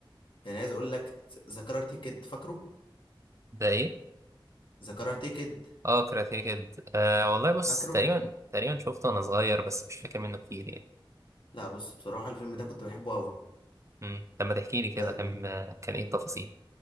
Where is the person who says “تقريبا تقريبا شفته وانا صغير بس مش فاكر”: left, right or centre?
Right